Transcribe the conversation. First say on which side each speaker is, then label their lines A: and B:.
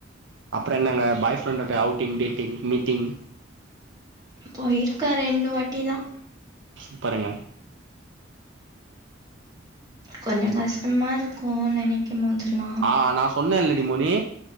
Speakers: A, on the right; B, on the right.
A: அப்றொ என்னங்க பாய் ஃப்ரெண்டோட்ட அவுட்டிங் டேட்டிங் மீட்டிங்
B: பொயிர்க்க ரெண்டு வாட்டிதா
A: சூப்பருங்க
B: கொஞ்சொங்கஷ்டமா இருக்கு நெனைக்கும் மோதுலா
A: ஆஹ் நா சொன்ன இல்லடி மோனீ